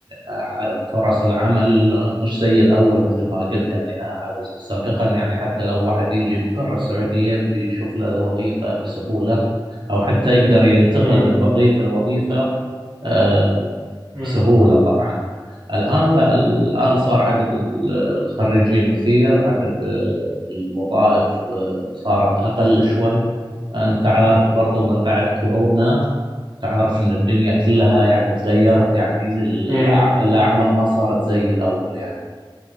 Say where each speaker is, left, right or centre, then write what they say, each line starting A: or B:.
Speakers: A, on the right; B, on the right.
A: ع- فرص العمل مش زي الاول مثل ما قلت يعني ع- سابقا يعني حتى لو واحد يجي من برا السعوديه بيشوف له وظيفه بسهوله او حتى يقدر ينتقل
B: مم.
A: من وظيفه لوظيفه آه،
B: مم.
A: بسهوله طبعا الان لا الان صار عدد ال- الخريجين كثير عدد آه، الوظائف آه، صارت اقل شوي انت عارف برضو من بعد كورونا تعرف ان الدنيا كلها يعني تغيرت يعني الأع-
B: مم.
A: الاعمال ما صارت زي الاول يعني